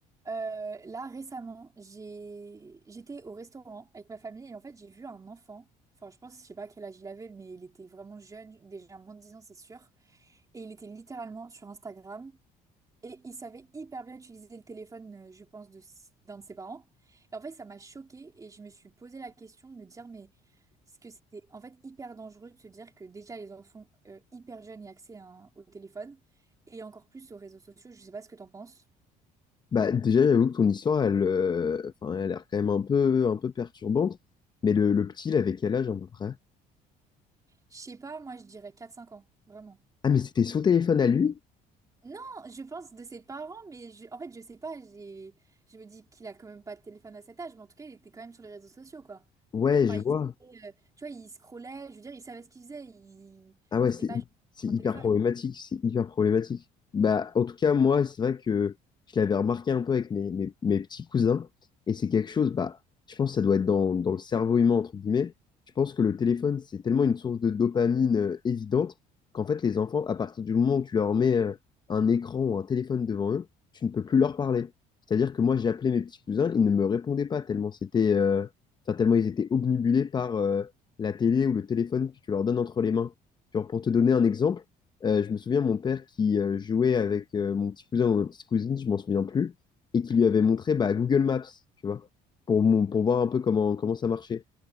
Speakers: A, on the right; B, on the left.
A: Euh, là, récemment, j'ai... j'étais au restaurant avec ma famille et en fait, j'ai vu un enfant. Enfin, je pense, je sais pas quel âge il avait, mais il était vraiment jeune, déjà moins de 10 ans, c'est sûr. Et il était littéralement sur Instagram et il savait hyper bien utiliser le téléphone, euh, je pense, de... s- d'un de ses parents. Et en fait, ça m'a choquée et je me suis posé la question de me dire, mais est-ce que c'était en fait hyper dangereux de se dire que déjà les enfants euh, hyper jeunes aient accès à un- au téléphone et encore plus aux réseaux sociaux? Je sais pas ce que t'en penses.
B: Bah, déjà, j'avoue que ton histoire, elle, euh, enfin, elle a l'air quand même un peu, un peu perturbante. Mais le, le petit, il avait quel âge à peu près?
A: Je sais pas, moi je dirais quatre cinq ans, vraiment.
B: Ah, mais c'était son téléphone à lui?
A: Non, je pense de ses parents, mais je- en fait je sais pas, j'ai, je me dis qu'il a quand même pas de téléphone à cet âge, mais en tout cas il était quand même sur les réseaux sociaux, quoi.
B: Ouais,
A: Enfin,
B: je vois.
A: il, savait, euh, tu vois, il scrollait, je veux dire, il savait ce qu'il faisait, il...
B: Ah ouais,
A: c'était
B: c'est
A: pas
B: hy-
A: juste
B: c'est
A: un
B: hyper
A: téléphone.
B: problématique, c'est hyper problématique. Bah, en tout cas, moi, c'est vrai que je l'avais remarqué un peu avec mes, mes, mes petits cousins, et c'est quelque chose, bah, je pense que ça doit être dans, dans le cerveau humain, entre guillemets. Je pense que le téléphone, c'est tellement une source de dopamine euh, évidente qu'en fait, les enfants, à partir du moment où tu leur mets euh, un écran ou un téléphone devant eux, tu ne peux plus leur parler. C'est-à-dire que moi, j'ai appelé mes petits cousins, ils ne me répondaient pas tellement c'était, euh, enfin, tellement ils étaient obnubilés par euh, la télé ou le téléphone que tu leur donnes entre les mains. Genre, pour te donner un exemple, euh, je me souviens mon père qui euh, jouait avec euh, mon petit cousin ou ma petite cousine, je m'en souviens plus, et qui lui avait montré bah, Google Maps, tu vois, pour, mon- pour voir un peu comment, comment ça marchait.